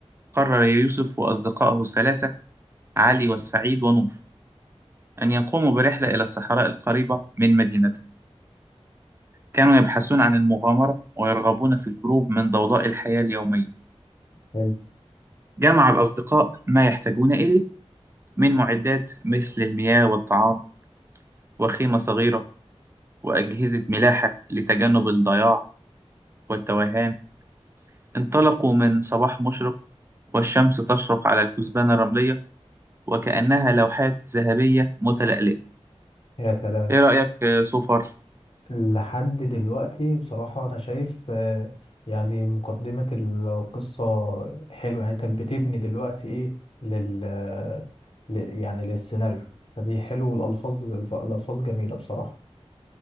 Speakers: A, on the right; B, on the left.
A: قرر يوسف وأصدقائه الثلاثة علي وسعيد ونور أن يقوموا برحلة إلى الصحراء القريبة من مدينتهم كانوا يبحثون عن المغامرة ويرغبون في الهروب من ضوضاء الحياة اليومية
B: حلو
A: جمع الأصدقاء ما يحتاجون إليه من معدات مثل المياه والطعام وخيمة صغيرة وأجهزة ملاحة لتجنب الضياع والتوهان انطلقوا من صباح مشرق والشمس تشرق على الكثبان الرملية وكأنها لوحات ذهبية متلألئة
B: يا سلام
A: إيه رأيك آه، سوفر؟
B: لحد دلوقتي بصراحة أنا شايف آه، يعني مقدمة القصة حلوة يعني أنت بتبني دلوقتي إيه لل ل- يعني للسيناريو فدي حلو والألفاظ الف- الألفاظ جميلة بصراحة